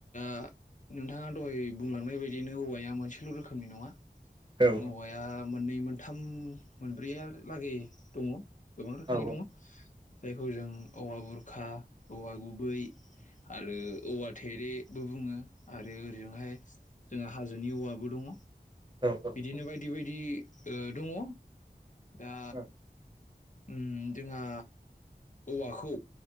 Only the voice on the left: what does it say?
दा नोंथाङा दहाय बुंलांनाय बायदिनो औवाया मोनसेल' रोखोमनि नङा।
औवाया मोननै मोनथाम मोनब्रैयालागै दङ। गोबां रोखोमनि
दङ जायखौ जों औवा बुरखा औवा गुबै आरो औवा थेरेबो बुङो। आरो ओजोंहाय जोंहा हाजोनि औवाबो दङ।
बिदिनो बायदि बायदि ओ दङ दा
उम जोंहा औवाखौ